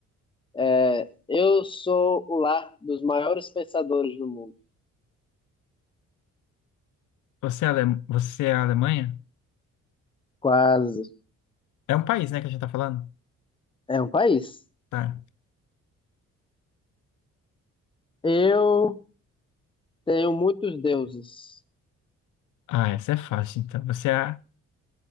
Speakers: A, on the left; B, on the left.
A: É, eu sou o lar dos maiores pensadores do mundo.
B: Você é a Ale- você é a Alemanha?
A: Quase.
B: É um país, né, que a gente tá falando?
A: É um país.
B: Tá.
A: Eu tenho muitos deuses.
B: Ah, essa é fácil, então. Você é a